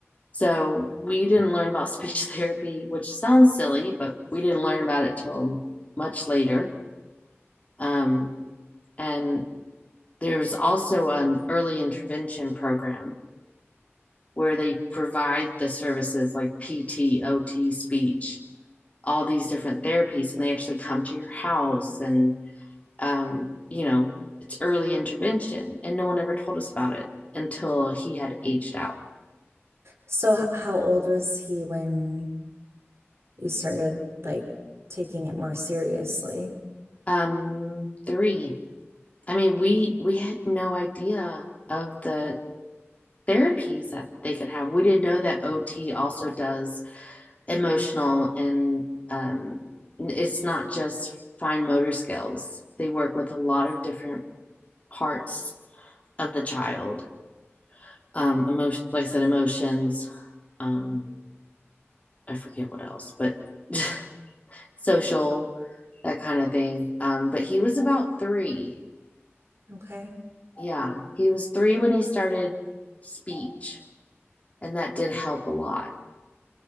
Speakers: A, on the left; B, on the right.
A: So we didn't learn about <laughs> speech therapy, which sounds silly, but we didn't learn about it till much later. Um, and there's also an early intervention program where they provide the services like PT, OT, speech, all these different therapies, and they actually come to your house and um, you know, it's early intervention, and no one ever told us about it until he had aged out.
B: So h- how old was he when you started like taking it more seriously?
A: Um, three. I mean, we we had no idea of the therapies that they could have. We didn't know that OT also does emotional and um, it's not just fine motor skills. They work with a lot of different parts of the child. Um, emotion, like I said, emotions. Um, I forget what else, but <laughs> social, that kind of thing. Um, but he was about three.
B: Okay.
A: Yeah, he was three when he started speech, and that did help a lot.